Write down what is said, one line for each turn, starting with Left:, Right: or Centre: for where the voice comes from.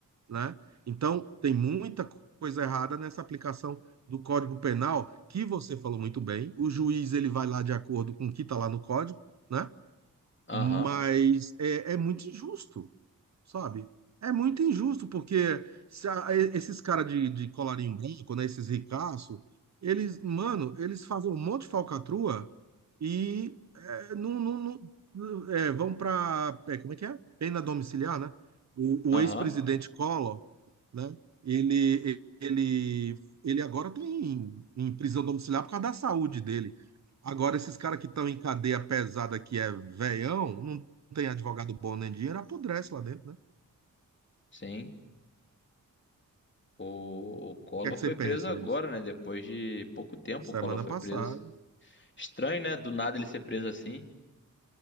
Right: né? Então, tem muita coisa errada nessa aplicação do Código Penal, que você falou muito bem. O juiz, ele vai lá de acordo com o que está lá no código, né?
Left: aham,
Right: Mas é, é muito injusto, sabe? É muito injusto, porque se a- esses caras de, de colarinho branco, né? Esses ricaços, eles, mano, eles fazem um monte de falcatrua e é, não, não- não- é, vão para, como é que é? Pena domiciliar, né? O,
Left: ahã.
Right: o ex-presidente Collor, né? Ele, ele, ele agora está em, em prisão domiciliar por causa da saúde dele. Agora, esses caras que estão em cadeia pesada, que é veião, não tem advogado bom nem dinheiro, apodrece lá dentro, né?
Left: Sim. O, o Collor
Right: O que é que
Left: foi
Right: você
Left: preso
Right: pensa
Left: agora,
Right: isso?
Left: né? Depois de pouco tempo,
Right: Semana
Left: o Collor foi
Right: passada
Left: preso. Estranho, né? Do nada ele ser preso assim.